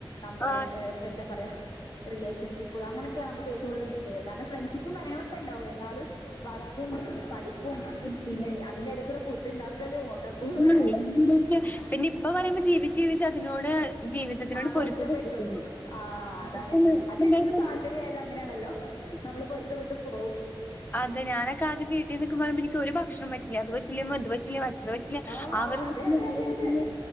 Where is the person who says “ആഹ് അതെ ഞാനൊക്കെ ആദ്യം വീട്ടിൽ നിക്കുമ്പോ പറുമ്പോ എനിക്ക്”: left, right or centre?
Left